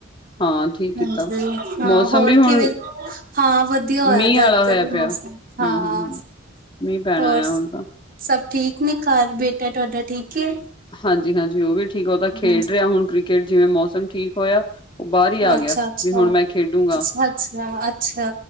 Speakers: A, on the left; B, on the right.
A: ਹਾਂ ਠੀਕ ਕੀਤਾ
B: ਹਾਂਜੀ, ਹਾਂ
A: ਮੌਸਮ
B: ਹੋਰ
A: ਵੀ ਹੁਣ
B: ਕਿਵੇਂ ਹਾਂ ਵਧੀਆ ਹੋਇਆ
A: ਮੀਂਹ ਆਲਾ
B: ਇੱਧਰ
A: ਹੋਇਆ
B: ਮੌਸਮ
A: ਪਿਆ
B: ਹਾਂ
A: ਹਮ ਹਮ ਮੀਂਹ ਪੈਣਾ
B: ਹੋਰ
A: ਆ ਹੁਣ ਤਾਂ
B: ਸਭ ਠੀਕ ਨੇ ਘਰ ਬੇਟਾ ਤੁਹਾਡਾ ਠੀਕ ਐ?
A: ਹਾਂਜੀ-ਹਾਂਜੀ ਉਹ ਵੀ ਠੀਕ ਉਹ ਤਾਂ ਖੇਡ
B: ਹਾਂਜੀ
A: ਰਿਹਾ ਹੁਣ ਕ੍ਰਿਕਟ, ਜਿਵੇਂ ਮੌਸਮ ਠੀਕ ਹੋਇਆ? ਉਹ ਬਾਹਰ ਹੀ ਆ
B: ਅੱਛਾ-ਅੱਛਾ-ਅੱਛਾ-ਅੱਛਾ।
A: ਗਿਆ ਵੀ ਹੁਣ ਮੈਂ ਖੇਡੂੰਗਾ